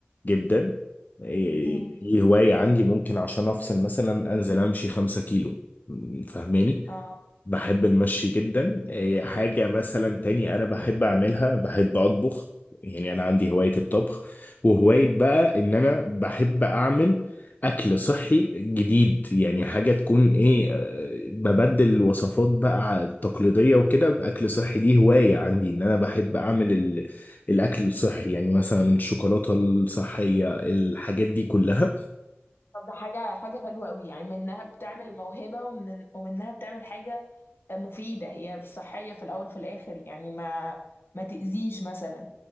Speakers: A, on the left (about 45°); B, on the left (about 65°).
A: جدا إيه،
B: امم
A: دي هواية عندي ممكن عشان افصل مثلا انزل امشي خمسة كيلو م، فاهماني
B: اه
A: بحب المشي جدا إيه، حاجة مثلا تاني أنا بحب أعملها بحب أطبخ يعني أنا عندي هواية الطبخ وهواية بقى إن أنا بحب أعمل أكل صحي جديد يعني حاجة تكون إيه آه، ببدل وصفات بقى التقليدية وكده بأكل صحي دي هواية عندي إن أنا بحب أعمل ال... الأكل الصحي يعني مثلا الشوكولاتة الصحية الحاجات دي كلها
B: طب ده حاجة حاجة حلوة قوي يعني منها بتعمل موهبة ومن ومنها بتعمل حاجة مفيدة هي صحية في الأول وفي الآخر يعني ما ما تأذيش مثلا